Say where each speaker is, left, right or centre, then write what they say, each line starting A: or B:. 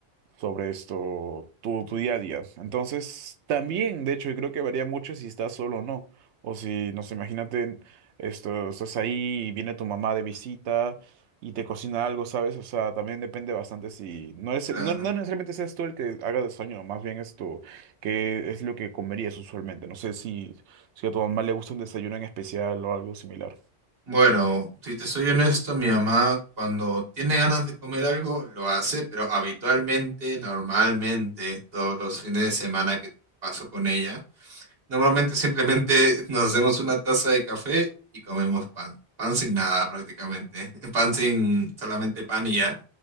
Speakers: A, on the right (about 80°); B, on the right (about 60°).
A: sobre esto, tu, tu día a día. Entonces, también, de hecho, yo creo que varía mucho si estás solo o no. O si, no sé, imagínate, esto, estás ahí y viene tu mamá de visita y te cocina algo, ¿sabes? O sea, también depende bastante si no es,
B: Claro.
A: no, no necesariamente seas tú el que haga el sueño, más bien esto, que es lo que comerías usualmente. No sé si, si a tu mamá le gusta un desayuno en especial o algo similar.
B: Bueno, si te soy honesto, mi mamá cuando tiene ganas de comer algo lo hace, pero habitualmente, normalmente, todos los fines de semana que paso con ella Normalmente simplemente <laughs> nos hacemos una taza de café y comemos pan. Pan sin nada prácticamente. <laughs> Pan sin solamente pan y ya.